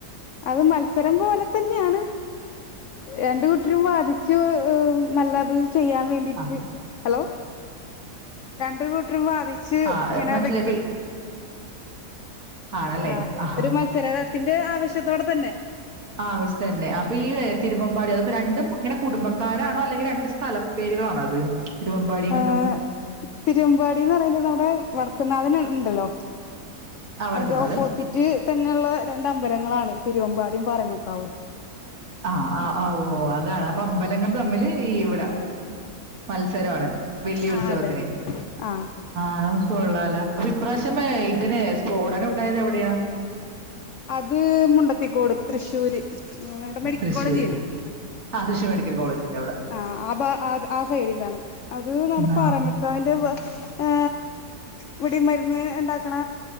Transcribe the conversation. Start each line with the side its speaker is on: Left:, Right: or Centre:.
Left: അത് മത്സരം പോലെ തന് ന്നെയാണ് രണ്ടുകൂട്ടരും വാധിച്ചു നല്ലത് ചെയ്യാൻ വേണ്ടീട്ട്
Right: ആ
Left: ഹലോ രണ്ടു കൂട്ടരും വാ തിച്ചു
Right: ആ
Left: ഇങ്ങനെ
Right: മനസ്സിലായി
Left: വെക്കും
Right: ഇപ്പൊ ഈ- ആണല്ലേ
Left: ആഹ്
Right: ആഹ
Left: ഒരു മത്സരത്തിന്റെ ആവേശത്തോടെ തന്നെ
Right: ആവേഷത്തി തന്നെ അപ്പൊ ഈ തിരുവമ്പാടി അപ്പോ രണ്ടും ഇങ്ങനെ കുടുംബക്കാരാണോ അല്ലെങ്കിൽ രണ്ട് സ്ഥല പേരുകളാണോ അത് തിരുവമ്പാടിയും
Left: ഹാ
Right: ഇതും
Left: തിരുവമ്പാടീന്ന് പറയുന്നത് അവുടെ വടക്കുംനാഥൻ ഉണ്ടല്ലോ
Right: ആ വടക്കുന്നാഥൻ.
Left: അതിന്റെ ഓപ്പോസിറ്റ് തന്നെയുള്ള രണ്ട് അമ്പലങ്ങളാണ് തിരുവമ്പാടിയും പറമേക്കാവും
Right: ആ ആ് ഓ ഓ അ അതാണ് അപ്പൊ അമ്പലങ്ങൾ തമ്മില് ഇവിടെ ട മത്സരമാണ് വലിയ ഉത്സവത്തിന്
Left: ആഹ് അതെ ആഹ്
Right: ആ കൊള്ളാല അപ്പൊ ഇപ്രാവശ്യം ഇതിന് സ്ഫോടനം ഉണ്ടായത് എവിടെയാ
Left: അത് മുണ്ടത്തിക്കോട് തൃശ്ശൂര് മെഡിക്കൽ
Right: തൃശ്ശൂര്.
Left: കോളേജ്ല്ലേ
Right: ആ തൃശ്ശൂർ മെഡിക്കൽ കോളേജിന്റെ അവിടെ.
Left: അ ആ ഭാ അത് ആ സെഡിലാണ് അത് നട പാറമ്മേൽകാവ്
Right: ആ
Left: അവന്റെ വാ ഏ ഇവിടെയും മരുന്ന് ഉണ്ടാക്കണ